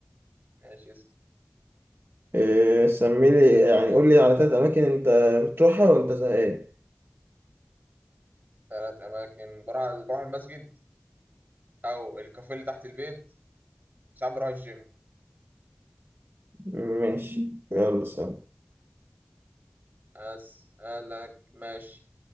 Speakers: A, on the right; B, on the right.
A: ماشي اسم
B: إيه سميلي يعني قولي على تلات أماكن أنت بتروحها وأنت زهقان
A: ثلاث اماكن بروح على- بروح المسجد او الكافيه اللي تحت البيت ساعات بروح الجيم
B: ماشي يلا سلام
A: اسالك ماشي